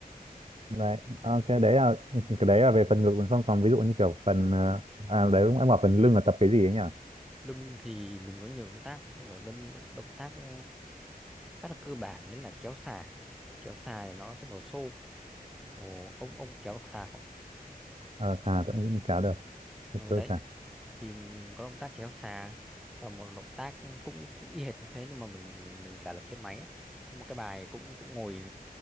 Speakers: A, on the right; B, in the centre.
A: vậy ok đấy là cái đấy là về phần ngực mình không còn ví dụ như kiểu phần ờ, à đấy cũng em bảo phần lưng là tập cái gì ấy nhỉ
B: Lưng thì mình có nhiều động tác, mình có đơn động tác ừ, khá là cơ bản đấy là kéo xà. Kéo xà thì nó sẽ vào xô. Ồ, ông ông kéo được xà không?
A: ờ xà tôi cũng kéo được
B: Ừ
A: Tập cơ
B: đấy.
A: xà
B: thì mình có động tác kéo xà và một động tác cũng cũng y hệt như thế nhưng mà mình mình giả lập trên máy ấy. có một cái bài cũng cũng ngồi